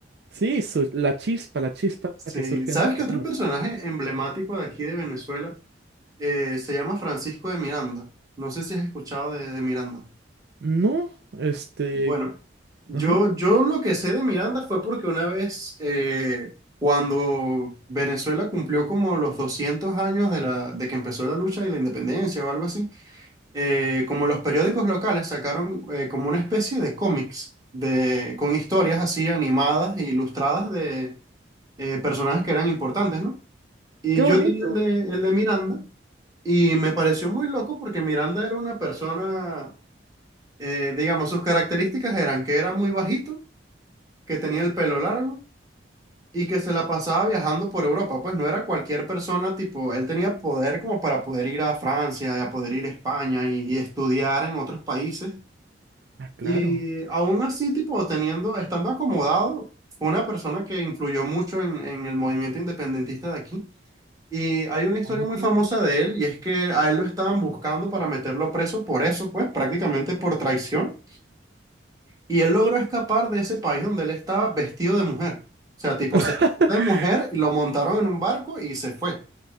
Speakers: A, on the right; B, on the right.
A: Sí, su- la chispa, la chispa
B: Sí,
A: que surge
B: ¿sabes
A: dentro
B: qué
A: de
B: otro
A: uno.
B: personaje emblemático de aquí de Venezuela eh, se llama Francisco de Miranda? No sé si has escuchado de de Miranda.
A: No, este,
B: Bueno, yo,
A: ajá,
B: yo lo que sé de Miranda fue porque una vez, eh, cuando Venezuela cumplió como los 200 años de, la, de que empezó la lucha y la independencia o algo así, eh, como los periódicos locales sacaron eh, como una especie de cómics de, con historias así animadas e ilustradas de eh, personajes que eran importantes, ¿no? Y
A: qué
B: yo
A: bonito.
B: tenía el de, el de Miranda y me pareció muy loco porque Miranda era una persona eh, digamos, sus características eran que era muy bajito que tenía el pelo largo y que se la pasaba viajando por Europa. Pues no era cualquier persona, tipo, él tenía poder como para poder ir a Francia y a poder ir a España y, y estudiar en otros países.
A: Ah, claro.
B: Y aún así, tipo, teniendo, estando acomodado, fue una persona que influyó mucho en, en el movimiento independentista de aquí. Y hay una historia
A: Oh.
B: muy famosa de él, y es que a él lo estaban buscando para meterlo preso por eso, pues, prácticamente por traición. Y él logró escapar de ese país donde él estaba vestido de mujer. O sea, tipo,
A: <laughs>
B: se vistió de mujer y lo montaron en un barco y se fue.